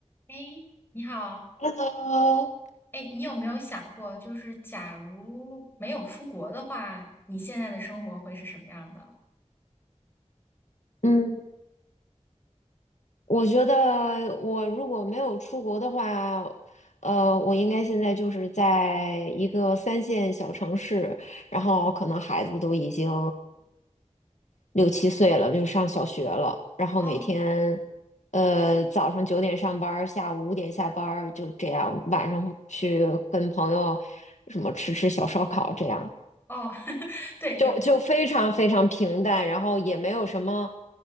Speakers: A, on the left (about 20°); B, on the left (about 75°).
A: 哎，你好，
B: Hello，
A: 哎，你有没有想过，就是假如没有出国的话，你现在的生活会是什么样的？
B: 嗯，我觉得我如果没有出国的话，呃，我应该现在就是在一个三线小城市，然后可能孩子都已经六七岁了，就上小学了，然后每天，
A: 哦
B: 呃，早上九点上班儿，下午五点下班儿，就这样，晚上去跟朋友什么吃吃小烧烤这样。
A: 哦，<laughs> 对，
B: 就就非常非常平淡，
A: 有，
B: 然后也没有什么，